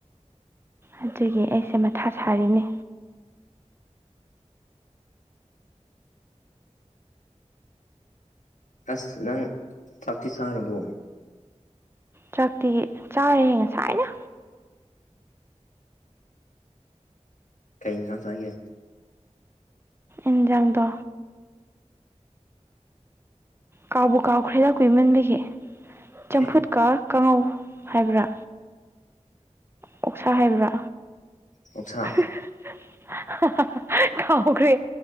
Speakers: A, on the right; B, on the left.
A: ꯑꯗꯨꯒꯤ ꯑꯩꯁꯦ ꯃꯊꯥ ꯁꯥꯔꯤꯅꯤ
B: ꯑꯁ ꯅꯪ ꯆꯥꯛꯇꯤ ꯆꯥꯔꯕꯣ
A: ꯆꯥꯛꯇꯤ ꯆꯥꯔꯦ ꯍꯦ ꯉꯁꯥꯏꯅ
B: ꯀꯩ ꯏꯟꯁꯥꯡ ꯆꯥꯒꯦ
A: ꯏꯟꯖꯥꯡꯗꯣ ꯀꯥꯎꯕꯨ ꯀꯥꯎꯈ꯭ꯔꯦꯗ ꯀꯨꯏꯃꯟꯕꯤꯒꯦ ꯆꯝꯐꯨꯠꯀ
B: ꯑꯦ
A: ꯀꯥꯡꯉꯧ ꯍꯥꯏꯕ꯭ꯔꯥ ꯑꯣꯛꯁꯥ ꯍꯥꯏꯕ꯭ꯔꯥ
B: ꯑꯣꯛꯁꯥ
A: <unintelligible> ꯀꯥꯎꯈ꯭ꯔꯦ